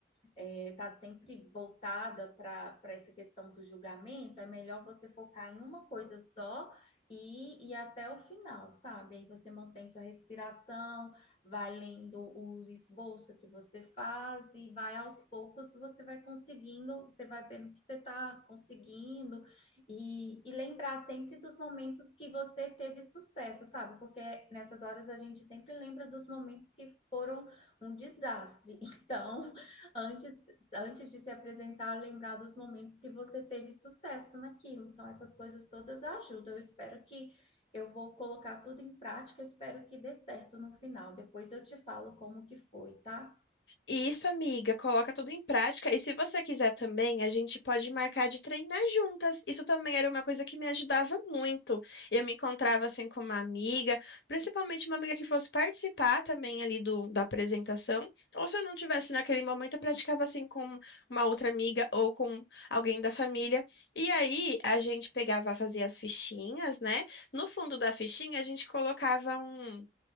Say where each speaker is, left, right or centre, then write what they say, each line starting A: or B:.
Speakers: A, on the left; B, on the left.
A: estar sempre voltada para para essa questão do julgamento, é melhor você focar em uma coisa só. E, e até o final, sabe? Aí você mantém sua respiração, vai lendo o esboço que você faz e vai aos poucos você vai conseguindo, você vai vendo que você está conseguindo e, e lembrar sempre dos momentos que você teve sucesso, sabe? Porque nessas horas a gente sempre lembra dos momentos que foram um desastre. Então, <laughs> antes, antes de se apresentar, lembrar dos momentos que você teve sucesso naquilo. Então, essas coisas todas ajudam. Eu espero que eu vou colocar tudo em prática, espero que dê certo no final. Depois eu te falo como que foi, tá?
B: Isso, amiga, coloca tudo em prática. E se você quiser também, a gente pode marcar de treinar juntas. Isso também era uma coisa que me ajudava muito. Eu me encontrava assim com uma amiga, principalmente uma amiga que fosse participar também ali do, da apresentação. Ou se eu não tivesse naquele momento, eu praticava assim com uma outra amiga ou com alguém da família. E aí a gente pegava, fazia as fichinhas, né? No fundo da fichinha, a gente colocava um